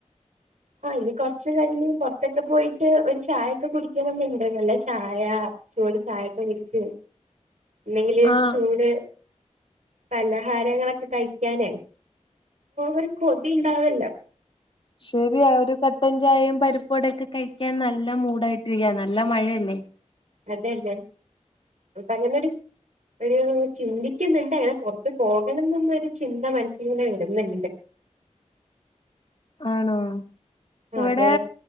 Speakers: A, on the right; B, on the left.
A: അഹ് ഇനി കൊറച്ചു കഴിഞ്ഞ് പുറത്തൊക്കെ പോയിട്ട് ഒരു ചായൊക്കെ കുടിക്കണന്ന് ഇണ്ട് നല്ല ചായ. ചൂട് ചായക്ക കുടിച്ചു അല്ലെങ്കില്
B: ആഹ്
A: ചൂട് പലഹാരങ്ങളൊക്കെ കഴിക്കാൻ ഒരു കൊതി ഉണ്ടാവല്ലോ
B: ശരിയ ഒരു കട്ടൻ ചായയും പരിപ്പുവടക്കെ കഴിക്കാൻ നല്ല മൂടായിട്ടിരിക്ക നല്ല മഴയല്ലേ
A: അതന്നെ അപ്പങ്ങനൊരു ഒരു ചിന്തിക്കുന്ന്ണ്ടങ്ങനെ പൊർത്ത് പോകണന്ന്ന്നൊരു ചിന്ത മനസ്സിലിങ്ങനെ വരുന്നുണ്ട്
B: ആണോ ഇവടെ
A: അതെ